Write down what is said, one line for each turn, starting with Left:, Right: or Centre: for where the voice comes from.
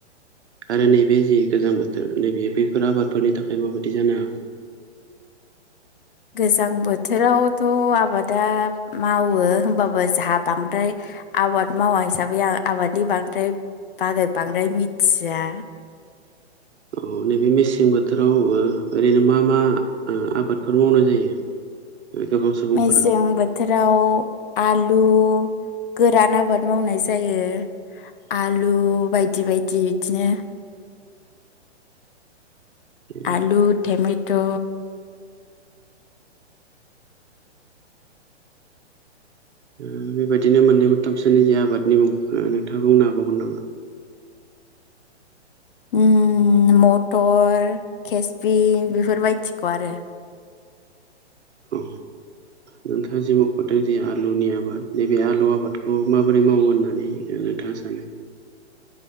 Right: आरो नैबे जि गोजां बोथोर नैबे बैफोर आबादफोरनि थाखाय बे मा बादि जानो हागौ?
Left: गोजां बोथोरावथ' आबादा मावो होमबाबो जाहा बांद्राय आबाद मावा हिसाबै आं आबादनि बांद्राय बागै बांद्राय मिथिया।
Right: <inaudible> औ नैबे मेसें बोथोराव ओ ओरैनो मा मा आबादफोर मावनाय जायो। <inaudible> सुबुंफोरा
Left: मेसें बोथोराव आलु गोरान आबाद मावनाय जायो। आलु बायदि बायदि इदिनो
Right: <inaudible> ओ
Left: आलु टेमेट'
Right: ओ बेबादिनो मोननै मोनथामसोनि जे आबादनि मुं ओ नोंथांखौ बुंनो हाबावगोन नामा?
Left: ओ मटर केसबिन बेफोर बायदिखौ आरो।
Right: औ नोंथाङा जि मख'दों जे आलुनि आबाद नैबे आलु आबादखौ मा बादि मावो होननानै नोंथाङा सानो?